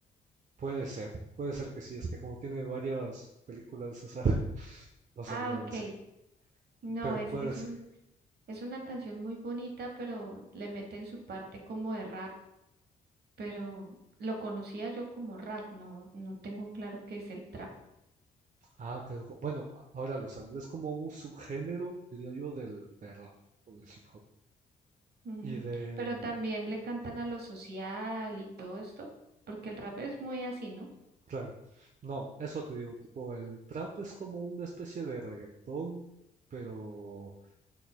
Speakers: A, on the right (about 40°); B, on the right (about 55°).
A: puede ser, puede ser que sí, es que como tiene varias películas, o sea, <laughs> no sabría
B: Ah, ok.
A: decir,
B: No,
A: pero
B: es,
A: puede
B: es
A: ser.
B: un, es una canción muy bonita, pero le meten su parte como de rap, pero lo conocía yo como rap, no, no tengo claro qué es el trap.
A: Ah, qué loco. Bueno, a- ahora lo sabes. Es como un subgénero, diría yo, del, del rap o del hip hop.
B: Mm,
A: Y de,
B: pero
A: mm,
B: también le cantan a lo social y todo esto, porque el rap es muy así, ¿no?
A: claro, no, eso te digo, tipo, el trap es como una especie de reggaetón, pero